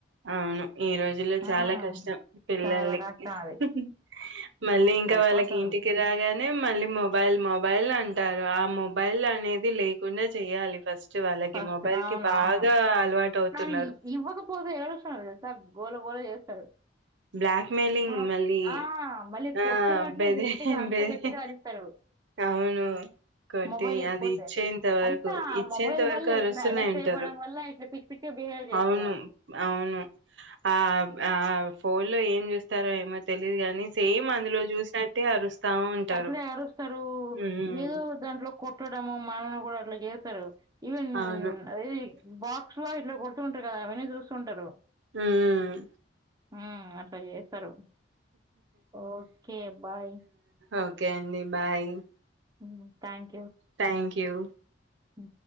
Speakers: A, on the right; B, on the right.
A: అవును. ఈ రోజుల్లో
B: హ్మ్.
A: చాలా కష్టం పిల్లల్ని
B: చాలా కష్టం అది.
A: మా, మళ్లీ
B: ఇట్లయిపోతుంది
A: ఇంక వాళ్లకి ఇంటికి రాగానే, మళ్లీ మొబైల్ మొబైల్ అంటారు. ఆ మొబైల్ అనేది లేకుండా చేయాలి ఫస్ట్, వాళ్ళకి
B: ఫస్ట్
A: మొబైల్
B: అవున
A: కి బాగా
B: అవును
A: అలవాటు అవుతున్నారు.
B: కానీ ఇవ్వకపోతే ఏడుస్తున్నారు తెలుసా, గోల గోల చేస్తారు,
A: బ్లాక్మెయిలింగ్
B: మనం
A: మళ్లీ
B: ఆ! మళ్ళీ
A: ఆ
B: కొడుతున్నట్లు
A: బెదిరి
B: గట్టిగా అంత
A: బెదిరి
B: గట్టిగా అరుస్తారు.
A: అవను కొట్టి
B: మొబైల్ ఇవ్వకపోతే.
A: అది ఇచ్చే ఇంతవరకు,
B: అంతా ఆ మొబైల్
A: ఇంత వరకు
B: వల్ల
A: అరుస్తునే
B: ఇట్లా అడిక్ట్
A: వింటారు.
B: అయిపోవడం వల్ల ఇట్లా పిచ్చి పిచ్చిగా బిహేవ్ చేస్తారు
A: అవును
B: వాళ్ళు.
A: అవును ఆ ఆ, ఫోన్లో ఏం చూస్తారో ఏమో తెలియదు కానీ సేమ్ అందులో చూసినట్టు అరుస్తా, ఉంటారు.
B: అట్లనే అరుస్తారు
A: హ్మ్.
B: ఏదో దాంట్లో కొట్టడము మనల్ని కూడా అట్లా చే, ఈవన్
A: అవును.
B: అది బాక్స్ లా ఇట్లా కో, కొట్టుకుంటూ ఉంటారు కదా అవన్నీ చూస్తుంటారు.,
A: ఉహు
B: ఉమ్ అట్లా చేస్త, స్తారు ఓకే బాయ్,
A: ఓకే అండి బాయ్
B: ఉహు థాంక్స్,
A: థ్యాంక్యూ
B: ఉ